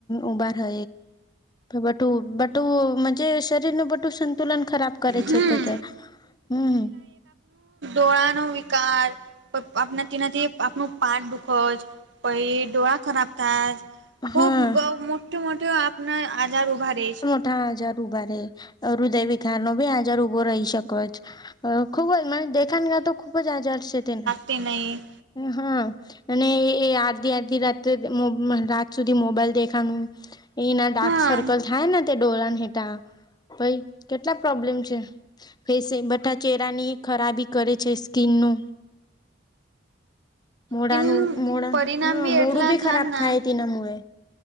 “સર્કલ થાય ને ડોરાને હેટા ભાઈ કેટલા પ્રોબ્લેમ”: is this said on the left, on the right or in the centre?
Left